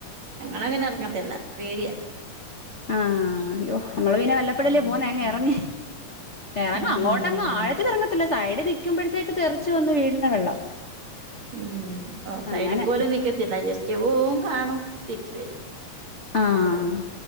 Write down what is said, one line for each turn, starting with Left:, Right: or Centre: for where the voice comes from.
Right: ഞങ്ങളങ്ങനെ ഇറങ്ങത്തില്ല പേടിയ
Left: ആഹ് അയ്യോ നമ്മള് പിന്നെ വല്ലപ്പോഴല്ലേ
Right: ഉം
Left: പോന്നെ അങ്ങെറങ്ങി എറങ്ങു
Right: ഉം
Left: അങ്ങോട്ടങ്ങ്
Right: ഉം
Left: ആഴത്തില് ഇറങ്ങത്തില്ല സൈഡ് നിക്കുമ്പോഴത്തേക്ക് തെറിച്ചു വന്നു വീഴിന്നെ വെള്ളം
Right: ഉം ഓഹ് സൈഡി
Left: അങ്ങനെ
Right: പോലും നിക്കത്തില്ല ജസ്റ്റ് പോവും കാണും തിരിച്ച് വരും
Left: ആഹ്
Right: അത്രേ ഉള്ളൂ